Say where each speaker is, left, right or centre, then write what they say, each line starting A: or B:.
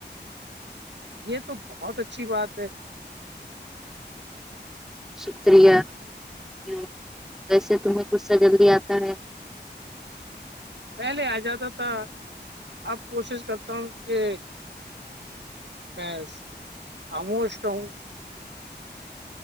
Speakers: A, on the right; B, in the centre.
A: یہ تو بہت اچھی بات ہے
B: شکریہک یو کیسے تمہیں غصہ جلدی آتا ہے
A: پہلے آ جاتا تھا اب کوشش کرتا ہوں کہ میں کااموش ہوں